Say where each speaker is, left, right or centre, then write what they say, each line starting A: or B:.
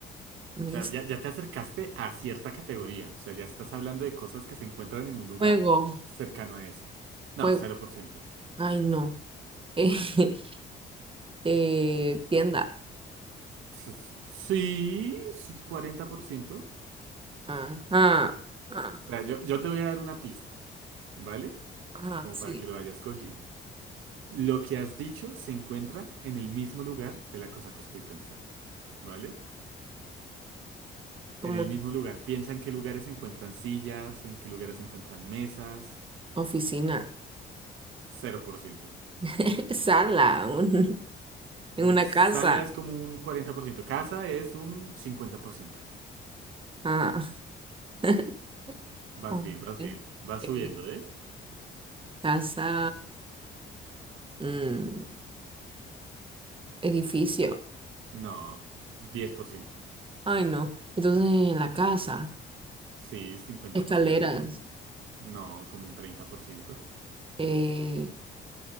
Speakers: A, on the right; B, on the right.
A: Mis...
B: O sea, ya, ya te acercaste a cierta categoría. O sea, ya estás hablando de cosas que se encuentran en un lugar
A: Fuego,
B: cercano a eso. No,
A: fuego.
B: 0%.
A: Ay, no. <laughs> eh, tienda.
B: S- Sí, sí, cuarenta por ciento O
A: Ajá, ajá,
B: sea, yo, yo te voy a dar una pista, ¿vale?
A: ajá,
B: Como
A: sí,
B: para que lo vayas cogiendo. Lo que has dicho se encuentra en el mismo lugar de la cosa que estoy pensando, ¿vale?
A: como
B: En el mismo lugar. Piensa en qué lugares se encuentran sillas, en qué lugares se encuentran mesas.
A: oficina,
B: cero por ciento
A: <laughs> sala, un-
B: Mm,
A: en una
B: Sala
A: casa.
B: es como un 40%, casa es un 50%.
A: Ajá. <laughs>
B: Vas
A: A
B: bien, vas
A: ver,
B: bien. Vas
A: eh,
B: subiendo, ¿eh?
A: casa, mm, edificio.
B: No, 10%.
A: Ay, no. Entonces, en la casa,
B: Sí, 50%.
A: escaleras,
B: No, como un 30%.
A: eh,